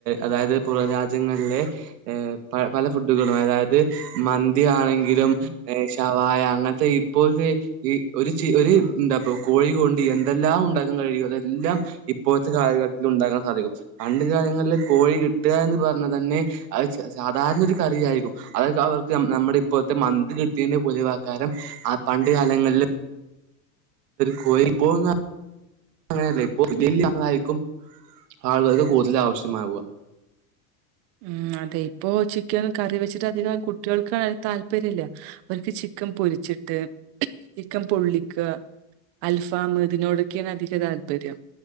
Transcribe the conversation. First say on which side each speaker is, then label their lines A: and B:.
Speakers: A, on the right (about 85°); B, on the right (about 30°).
A: അതായത് പുറ രാജ്യങ്ങളിലെ ഏ് പല ഫുഡുകളും അതായത് മന്തി ആണെങ്കിലും ശവായ അങ്ങനത്തെ ഇപ്പോഴത്തെ ഈ ഒരു ഒരു എന്താ കോഴി കൊണ്ട് എന്തെല്ലാം ഉണ്ടാക്കാൻ കഴിയോ അതെല്ലാം ഇപ്പോത്തെ കാലത്തിൽ ഉണ്ടാക്കാൻ സാധിക്കും പണ്ട് കാലങ്ങളിൽ കോഴി കിട്ടുക എന്ന് പറഞ്ഞാ തന്നെ സാധാരണ ഒരു കറിയയിരിക്കും അതൊ അവർക്ക് നമ്മുടെ ഇപ്പോഴത്തെ മന്ത് കിട്ടിയയിന്റെ പൊളിവാക്കാരം പണ്ട് കാലങ്ങളിൽ കോ പോകുന്ന അങ്ങനല്ല ഇ വല്യ ആളായിരിക്കും ആളുകർക്കു കൂതൽ ആവശ്യമാവുക
B: ഉ അതെ ഇപ്പൊ ചിക്കൻ കറി വെച്ചിട്ട് അധികം കുട്ടികൾക്ക് താല്പര്യം ഇില്ല അവർക്ക് ചക്കം പൊരിച്ചിട്ട് ചിക്കം പൊള്ളിക്കുക അൽഫാമതിനോടൊക്കെയാണ് അധിക താത്പര്യം